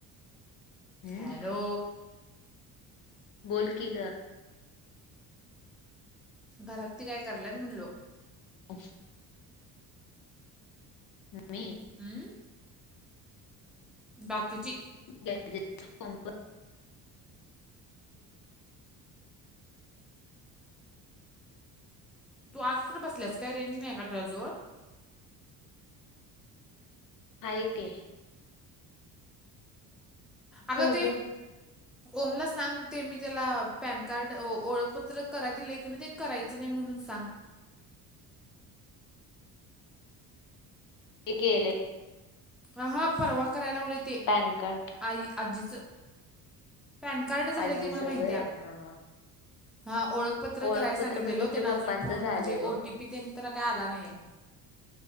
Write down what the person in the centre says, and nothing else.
हॅलो.
घरातली काय करायल्यात म्हणलो.
हम्. बाकीची.
तू आज कुठं बसल्यास काय रेंज नाही आहे का तुझ्याजवळ?
अगं
ते. ओमला सांग ते मी त्याला पॅन कार्ड, ओळखपत्र कराय दिले की नाही ते करायचं नाही म्हणून सांग.
आ हा परवा करायला लावलीत.
आई आजीचं पॅन कार्ड झाले
आहे ते मला माहितीया.
हा ओळखपत्र
कराय सांगितलेलो,
त्यांना
अजून फोन
म्हणजे ओटीपी.
पी तेन तरा काय आला नाहीये.